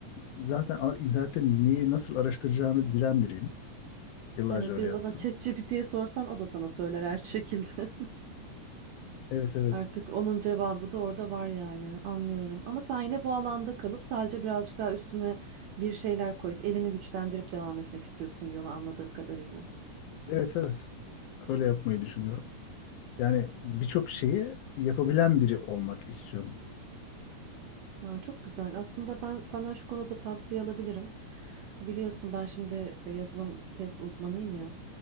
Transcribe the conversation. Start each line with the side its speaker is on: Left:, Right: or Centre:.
Left: zaten a- internette neyi nasıl araştıracağını bilen biriyim. Yıllarca
Right: Evet
Left: öyle
Right: bir de
Left: yaptım.
Right: zaten ChatGPT'ye sorsan o da sana söyler her şekilde. <laughs>
Left: Evet evet.
Right: Artık onun cevabı da orada var yani. Anlıyorum. Ama sen yine bu alanda kalıp sadece birazcık daha üstüne bir şeyler koyup elini güçlendirip devam etmek istiyorsun yola anladığım kadarıyla.
Left: Evet evet. Öyle yapmayı düşünüyorum. Yani birçok şeyi yapabilen biri olmak istiyorum.
Right: Ha, çok güzel. Aslında ben senden şu konuda tavsiye alabilirim. Biliyorsun ben şimdi e, yazılım test uzmanıyım ya.